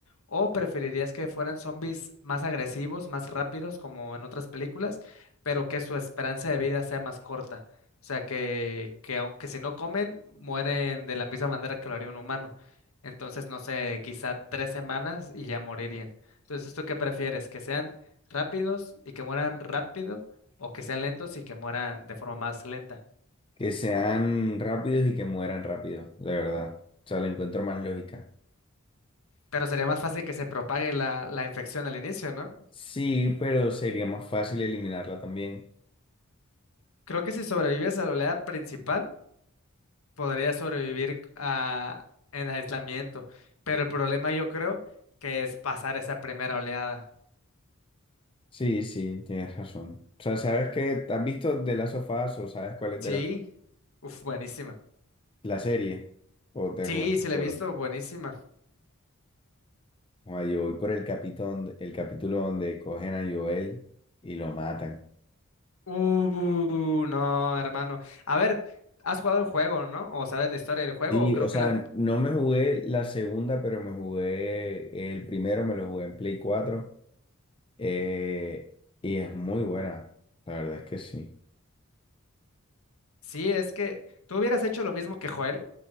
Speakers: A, on the left (about 75°); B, on the left (about 25°).
A: ¿O preferirías que fueran zombies más agresivos, más rápidos, como en otras películas, pero que su esperanza de vida sea más corta? O sea, que, que aunque si no comen, mueren de la misma manera que lo haría un humano. Entonces, no sé, quizá tres semanas y ya morirían. Entonces, ¿tú qué prefieres? ¿Que sean rápidos y que mueran rápido o que sean lentos y que mueran de forma más lenta?
B: Que sean rápidos y que mueran rápido, de verdad. O sea, le encuentro más lógica.
A: Pero sería más fácil que se propague la, la infección al inicio, ¿no?
B: Sí, pero sería más fácil eliminarla también.
A: Creo que si sobrevives a la oleada principal, podrías sobrevivir a, en aislamiento. Pero el problema yo creo que es pasar esa primera oleada.
B: Sí, sí, tienes razón. O sea, ¿sabes qué? ¿Has visto The Last of Us o sabes cuál es
A: Sí.
B: de la,
A: Uf, buenísima.
B: la serie? ¿O te
A: Sí,
B: jugaste
A: sí
B: el
A: la
B: juego?
A: he visto, buenísima.
B: O yo voy por el capítulo, el capítulo donde cogen a Joel y lo matan.
A: Uh, no, hermano. A ver, ¿has jugado el juego, no? ¿O sabes la historia del juego?
B: Sí,
A: O Creo
B: o sea,
A: que la
B: no me jugué la segunda, pero me jugué el primero, me lo jugué en Play cuatro eh, y es muy buena. La verdad es que sí.
A: Sí, es que tú hubieras hecho lo mismo que Joel,